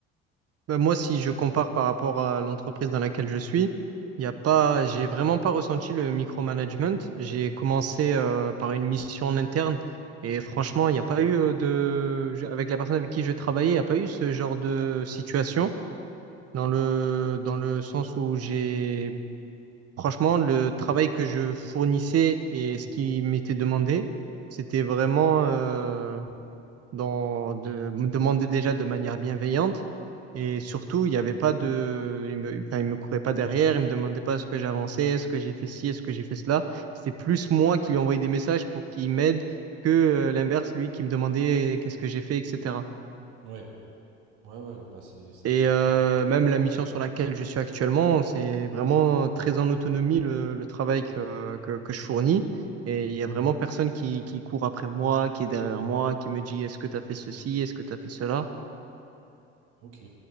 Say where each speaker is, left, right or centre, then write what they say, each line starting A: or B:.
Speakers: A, on the right (about 50°); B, on the right (about 75°).
A: Bah, moi, si je compare par rapport à l'entreprise dans laquelle je suis, il y a pas, j'ai vraiment pas ressenti le micromanagement. J'ai commencé euh, par une mission en interne et franchement, il n'y a pas eu euh, de, je- avec la personne avec qui je travaillais, il n'y a pas eu ce genre de situation dans le dans le sens où j'ai, franchement, le travail que je fournissais et ce qui m'était demandé, c'était vraiment, euh, dans, de, me demandait déjà de manière bienveillante. Et surtout, il n'y avait pas de. Il me, enfin, il me courait pas derrière, il me demandait pas ce que j'avançais, est-ce que j'ai fait ci, est-ce que j'ai fait cela. C'était plus moi qui lui envoyais des messages pour qu'il m'aide que euh, l'inverse, lui qui me demandait euh, qu'est-ce que j'ai fait, etc.
B: Ouais, ouais, ouais, bah c'est ça
A: Et
B: qui est
A: euh,
B: bien.
A: même la mission sur laquelle je suis actuellement, c'est vraiment très en autonomie le, le travail que, que, que je fournis. Et il y a vraiment personne qui, qui court après moi, qui est derrière moi, qui me dit est-ce que tu as fait ceci, est-ce que tu as fait cela.
B: Ok,